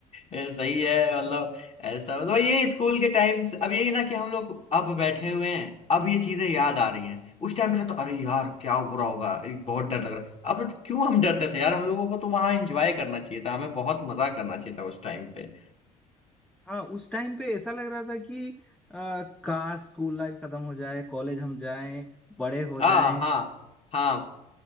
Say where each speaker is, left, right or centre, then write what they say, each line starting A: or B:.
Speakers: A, on the left; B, in the centre.
A: ये सही है मतलब ऐसा मतलब ये स्कूल के टाइम से अब यही ना कि हम लोग अब बैठे हुए हैं अब ये चीजें याद आ रही हैं उस टाइम पे लगता अरे यार क्या हो रहा होगा ये बहुत डर लग रहा है अब तो क्यों हम डरते थे यार हम लोगों को तो वहां एंजॉय करना चाहिए था हमें बहुत मजा करना चाहिए था उस टाइम पे
B: हाँ उस टाइम पे ऐसा लग रहा था कि आ, काश स्कूल लाइफ खत्म हो जाए कॉलेज हम जाएं बड़े हो जाएं
A: हाँ हाँ हाँ